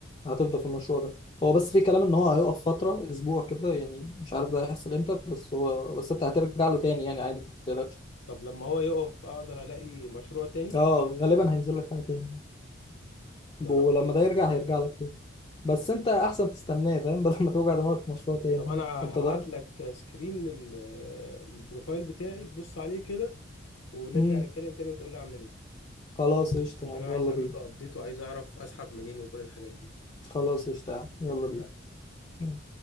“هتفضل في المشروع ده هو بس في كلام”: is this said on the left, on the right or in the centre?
Left